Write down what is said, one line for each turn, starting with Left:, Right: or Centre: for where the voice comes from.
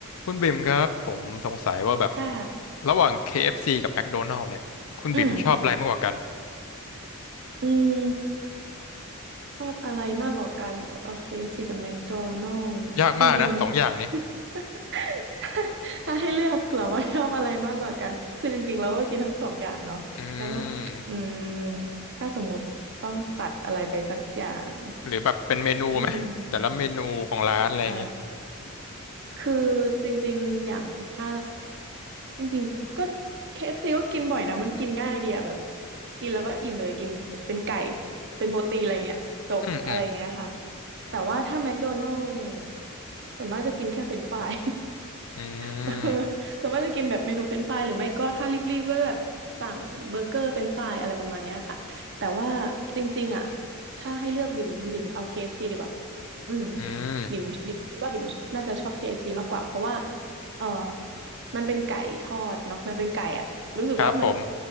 Left: คุณบิ่มครับผมสงสัยว่าแบบ
Right: ค่ะ
Left: ระหว่าง KFC กับ McDonald's เนี่ยคุณบิ่มชอบอะไรมากกว่ากัน
Right: อืม อืม ชอบอะไรมากกว่ากันเหรอโอเค KFC กับแม d โดนัล s
Left: ยากมากนะสองอย่างนี้
Right: จริงๆ <laughs> ถ้าถ้าให้เลือกเหรอว่าชอบอะไรมากกว่ากัน คือจริงๆเราก็กินทั้งสองอย่างเนาะแล้ว
Left: อืม
Right: อืม ถ้าสมมติต้องตัดอะไรไปสักอย่าง
Left: หรือแบบเป็นเมนูไหมแต่ละเมนูของร้านอะไรอย่างงี้
Right: อืม อ่า คือจริงๆ อย่างถ้าจริงๆ ก็ KFC ก็กินบ่อยนะมันกินง่ายดีอะแบบกินแล้วก็อิ่มเลยกินเป็นไก่เป็นโปรตีนอะไรเงี้ยจบอะไรเงี้ยค่ะ
Left: อืมอืม
Right: แต่ว่าถ้าแมคโดนัลด์ส่วนมากจะกินแค่เฟรนช์ฟราย
Left: อื
Right: เออ <laughs>
Left: ม
Right: ส่วนมากจะกินแบบเมนูเฟรนช์ฟรายหรือไม่ก็ถ้ารีบๆก็แบบสั่งเบอร์เกอร์เฟรนช์ฟรายอะไรประมาณเนี้ยค่ะแต่ว่าจริงๆอ่ะถ้าให้เลือกบิ่มบิ่มเอา KFC ดีกว่าอืม
Left: อืม
Right: บิ่มบิ่มคิดว่าบิ่มน่าจะชอบ KFC มากกว่าเพราะว่าเออมันเป็นไก่ทอดเนาะมันเป็นไก่อ่ะรู้สึกว่าเหมือน
Left: ครับผม